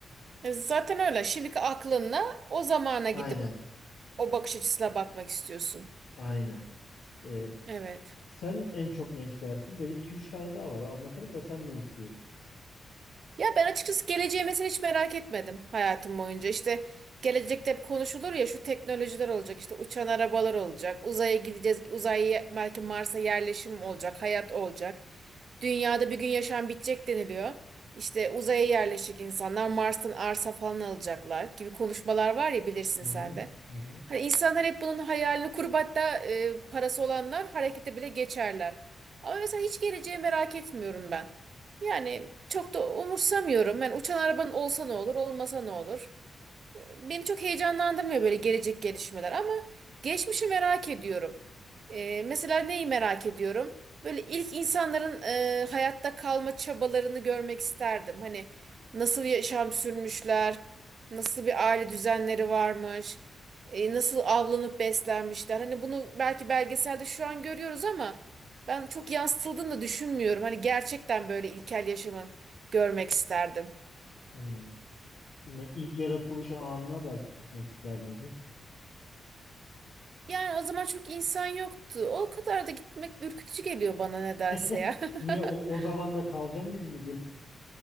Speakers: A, on the right; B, on the left.
A: E zaten öyle. Şimdiki aklınla o zamana
B: Aynen.
A: gidip o bakış açısına bakmak istiyorsun.
B: Aynen. E,
A: Evet.
B: sen en çok ne istersin? Benim iki üç tane daha var. Anlatırım da sen ne istiyorsun?
A: Ya ben açıkçası geleceği mesela hiç merak etmedim hayatım boyunca. İşte gelecekte hep konuşulur ya şu teknolojiler olacak, işte uçan arabalar olacak, uzaya gideceğiz, uzaya belki Mars'a yerleşim olacak, hayat olacak. Dünyada bir gün yaşam bitecek deniliyor. İşte uzaya yerleşecek insanlar Mars'tan arsa falan alacaklar gibi konuşmalar var ya bilirsin
B: Hı
A: sen
B: hı.
A: de.
B: Hı hı.
A: Hani insanlar hep bunun hayalini kurup hatta e, parası olanlar harekete bile geçerler. Ama mesela hiç geleceği merak etmiyorum ben. Yani çok da umursamıyorum. Ben uçan arabanın olsa ne olur, olmasa ne olur beni çok heyecanlandırmıyor böyle gelecek gelişmeler ama geçmişi merak ediyorum. Ee, mesela neyi merak ediyorum? Böyle ilk insanların e, hayatta kalma çabalarını görmek isterdim. Hani nasıl yaşam sürmüşler, nasıl bir aile düzenleri varmış, e, nasıl avlanıp beslenmişler. Hani bunu belki belgeselde şu an görüyoruz ama ben çok yansıtıldığını da düşünmüyorum. Hani gerçekten böyle ilkel yaşamı görmek isterdim.
B: Hmm. Ne, ilk yaratılış anına belki gitmek ister miydin?
A: Yani o zaman çok insan yoktu. O kadar da gitmek ürkütücü geliyor bana nedense
B: <laughs>
A: ya.
B: Niye o,
A: <laughs>
B: o zaman da kalacaksın gibi mi